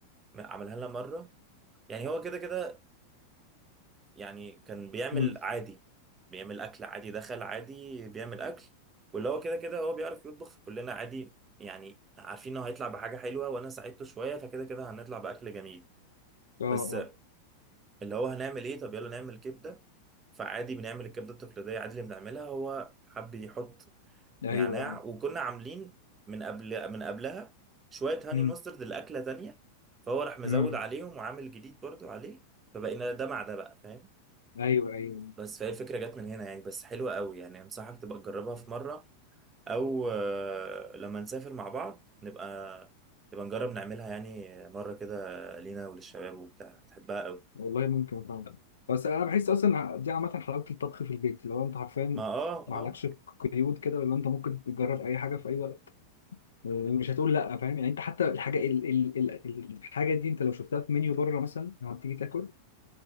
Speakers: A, on the right (about 20°); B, on the left (about 70°).
A: م- عملها لنا مره يعني هو كده كده يعني كان بيعمل
B: امم
A: عادي بيعمل اكل عادي دخل عادي بيعمل اكل واللي هو كده كده هو بيعرف يطبخ فكلنا عادي يعني عارفين انه هيطلع بحاجه حلوه وانا ساعدته شويه فكده كده هنطلع باكل جميل
B: اه
A: بس
B: اه.
A: اللي هو هنعمل ايه طب يلا نعمل كبده فعادي بنعمل الكبده التقليديه عادي اللي بنعملها هو حب يحط
B: ايوه
A: نعناع
B: ايوه
A: وكنا عاملين من قبل من قبلها شويه هاني
B: امم
A: مسترد الاكله تانية فهو راح مزود
B: امم
A: عليهم وعامل جديد برضو عليه فبقينا ده مع ده بقى فاهم
B: ايوه ايوه
A: بس فهي الفكرة جت من هنا يعني بس حلوة قوي يعني أنصحك تبقى تجربها في مرة أو آه، لما نسافر مع بعض نبقى نبقى نجرب نعملها يعني مرة كده لينا وللشباب وبتاع تحبها قوي
B: والله ممكن فعلا بس انا بحس اصلا دي عامه حلاوه الطبخ في البيت لو انت حرفيا
A: ما اه
B: ما
A: اه
B: عليكش قيود كده ولا انت ممكن تجرب اي حاجه في اي وقت آه، مش هتقول لا فاهم يعني انت حتى الحاجه ال ال ال الحاجه دي انت لو شفتها في منيو بره مثلا لما تيجي تاكل